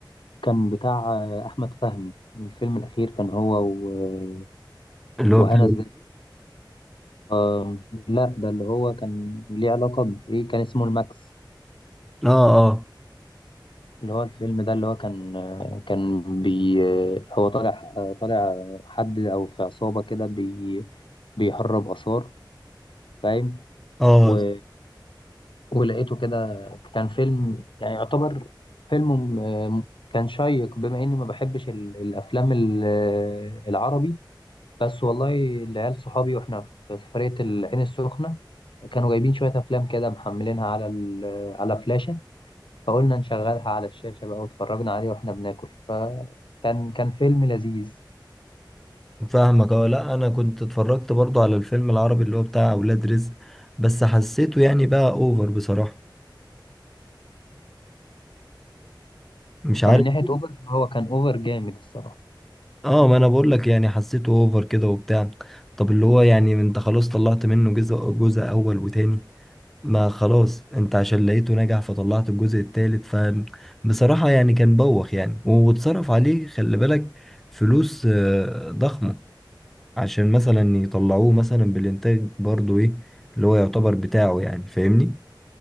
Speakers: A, on the left; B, in the centre.
A: كان بتاع آه، احمد فهمي الفيلم الاخير كان هو و-
B: اللي هو
A: وهنا
B: بتاع
A: الزاهد آه، لا ده اللي هو كان ليه علاقه بايه كان اسمه الماكس
B: اه اه
A: اللي هو الفيلم ده اللي هو كان آه، كان بي آه، هو طالع آه، طالع حد او في عصابه كده بي بيهرب اثار فاهم
B: اه
A: و- ولقيته كده كان فيلم يعني يعتبر فيلم آه، كان شيق بما اني ما بحبش ال- الافلام ال- آه، العربي بس والله العيال صحابي واحنا في سفرية العين السخنة كانوا جايبين شوية أفلام كده محملينها على ال على فلاشة فقلنا نشغلها على الشاشة بقى واتفرجنا عليه واحنا بناكل فكان كان فيلم لذيذ
B: فاهمك اه لا انا كنت اتفرجت برضو على الفيلم العربي اللي هو بتاع اولاد رزق بس حسيته يعني بقى اوفر بصراحة مش عارف
A: ومن ناحية أوفر هو كان أوفر جامد الصراحة
B: اه ما انا بقول لك يعني حسيته اوفر كده وبتاع طب اللي هو يعني انت خلاص طلعت منه جزء جزء اول وتاني ما خلاص انت عشان لقيته نجح فطلعت الجزء التالت ف بصراحة يعني كان بوخ يعني واتصرف عليه خلي بالك فلوس آه، ضخمة عشان مثلا يطلعوه مثلا بالإنتاج برضو إيه اللي هو يعتبر بتاعه يعني فاهمني